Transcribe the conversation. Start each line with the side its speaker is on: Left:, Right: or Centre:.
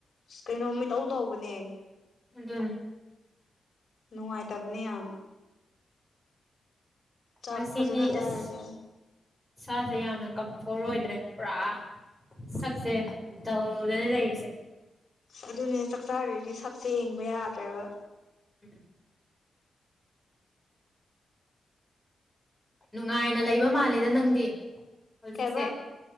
Left: ꯀꯩꯅꯣ ꯃꯤꯇꯧ ꯇꯧꯕꯅꯦ
Centre: ꯑꯗꯨ
Left: ꯅꯨꯡꯉꯥꯏꯇꯕꯅꯦ ꯌꯥꯝ ꯆꯥꯛ
Centre: ꯉꯁꯤꯗꯤ
Left: ꯐꯖꯅ ꯆꯥꯔꯗꯤ
Centre: ꯑꯁ ꯁꯥꯁꯦ ꯌꯥꯝꯅ ꯀꯝ ꯍꯣꯏꯗ꯭ꯔꯦ ꯄꯨꯔꯥ ꯁꯛꯁꯦ ꯗꯜꯗꯅ ꯂꯩꯔꯤꯁꯦ
Left: ꯑꯗꯨꯅꯦ ꯆꯥꯛꯆꯥꯥꯔꯗꯤ ꯁꯛꯁꯦ ꯌꯦꯡꯕ ꯌꯥꯗ꯭ꯔꯕ
Centre: ꯎꯝ ꯅꯨꯡꯉꯥꯏꯅ ꯂꯩꯕ ꯃꯥꯜꯂꯦꯗ ꯅꯪꯗꯤ ꯍꯧꯖꯤꯛꯁꯦ
Left: ꯀꯩꯕ